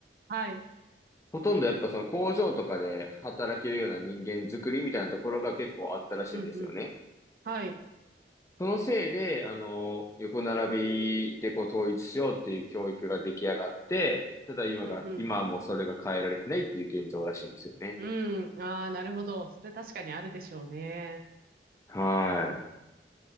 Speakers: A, on the right; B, on the left.
A: はい。
B: ほとんどやっぱその工場とかで働けるような人間作りみたいなところが結構あったらしいんですよね。
A: うん、うん。はい。
B: そのせいで、あの、横並びでこう統一しようっていう教育が出来上がって、ただ今が、
A: うん、うん。
B: 今はもうそれが変えられてないっていう現状らしいんですよね。
A: うん。ああ、なるほど。それ確かにあるでしょうね。
B: はい。